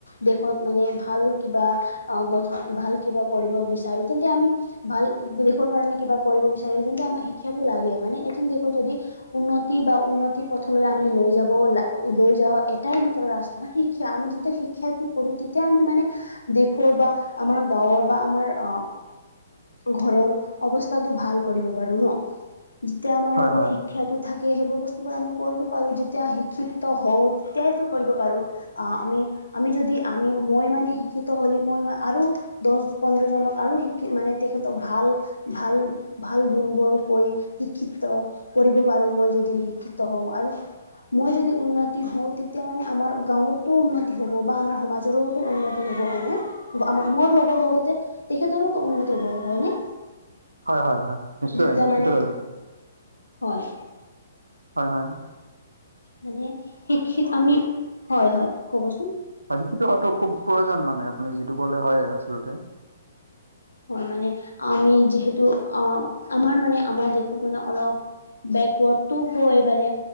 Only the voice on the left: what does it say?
দেশত মানে ভাল কিবা অ গঠন ভাল কিবা কৰিব বিচাৰো তেন্তে আমি। ভাল দেশৰ কাৰণে কিবা কৰিব বিচাৰে যেন্ত আমাৰ শিক্ষাটো লাগে মানে এজন দেশৰ যদি। উন্নতি বা উন্নতি পথলৈ আমি লৈ যা। <inaudible> লৈ যাওঁ এটাই মাত্ৰ ৰাস্ত হয় শিক্ষা আমি যেতিয়া শি। ক্ষাটো কৰো তেতিয়া আমি মানে দেশৰ বা আমাৰ। <inaudible> বা আমাৰ অ ঘৰৰ অৱস্থাটো ভাল কৰিব পাৰো ন। যেতিয়া
আমাৰ লগত
শিক্ষাটো। থাকে সেইবোৰ বস্তুবোৰ আমি কৰিব পাৰোঁ যেতিয়া শিক্ষিত হওঁ তেতিয়াইতো কৰিব পাৰোঁ। আ আমি আমি যদি আমি মই মা শিক্ষিত হলে মই আৰু। দহ পোন্ধৰজনক আৰু শিকি মানে তেখেতক ভাল। ভাল ভাল গুণবোৰকৈ শিক্ষিত। কৰিব পাৰো মই যদি শিক্ষিত হওঁ আৰু। মই যদি উন্নতি হওঁ তেতিয়া মানে আমাৰ গাঁৱতো উন্নতি হ'ব বা আমাৰ সমাজৰো। উন্নতি হ'ব হয় নে আমাৰ মোৰ লগৰ লগতে। তেখেতৰো ত উন্নতি হব হয়নে
যেতিয়া
মানে। হয়।
মানে শিক্ষিত আমি হয় হয় ক'বচোন।
হয় মানে আমি যিহেতু আহ আমাৰ মানে আমাৰ দেশত মানে অলপ। বেকৱাৰ্ডতটো হয়বাৰে।